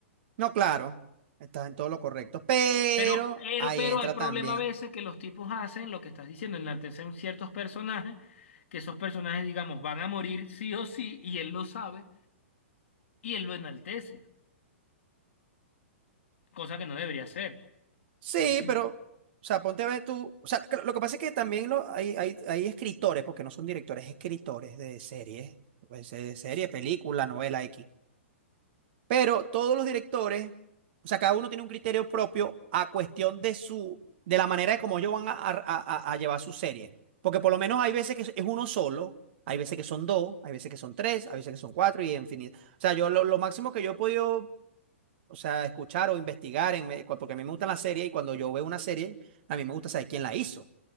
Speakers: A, on the right; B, on the left.
A: no, claro, estás en todo lo correcto. Pero
B: Pero, pero,
A: ahí
B: pero
A: entra
B: hay problema
A: también
B: a veces que los tipos hacen lo que estás diciendo, enaltecen ciertos personajes, que esos personajes, digamos, van a morir sí o sí, y él lo sabe, y él lo enaltece, cosa que no debería hacer.
A: Sí,
B: No sé si...
A: pero, o sea, ponte a ver tú, o sea, lo lo que pasa es que también lo- hay, hay, hay escritores, porque no son directores, escritores de series, pues, de serie, película, novela X. Pero todos los directores, o sea, cada uno tiene un criterio propio a cuestión de su, de la manera de cómo ellos van a, a, a- a llevar su serie. Porque por lo menos hay veces que es es uno solo, hay veces que son dos, hay veces que son tres, hay veces que son cuatro y infinito. O sea, yo lo, lo máximo que yo he podido o sea, escuchar o investigar, en, me- cua- porque a mí me gustan las series y cuando yo veo una serie, a mí me gusta saber quién la hizo,